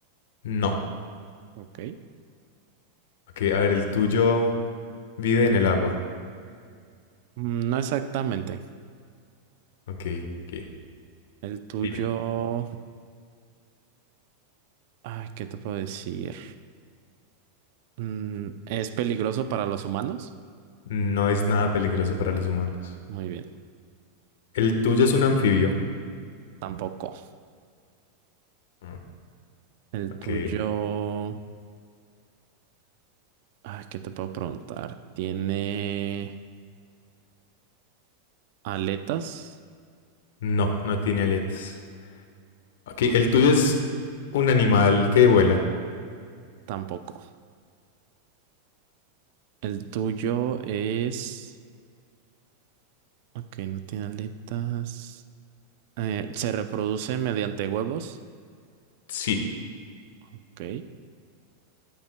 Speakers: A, on the left; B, on the right.
A: No.
B: Ok,
A: Ok, a ver, ¿el tuyo vive en el agua?
B: Mm, no exactamente.
A: Ok, ok.
B: El tuyo,
A: Dime.
B: ay, ¿qué te puedo decir? Mm, es peligroso para los humanos.
A: No es nada peligroso para los humanos.
B: Muy bien,
A: ¿El tuyo es un anfibio?
B: tampoco.
A: Ah,
B: El
A: ok.
B: tuyo, ay, ¿qué te puedo preguntar? ¿Tiene aletas?
A: No, no tiene aletas. Ok,
B: Ok,
A: el tuyo es un animal que vuela.
B: Tampoco. El tuyo es, ok, no tiene aletas. Eh, se reproduce mediante huevos.
A: Sí,
B: Ok,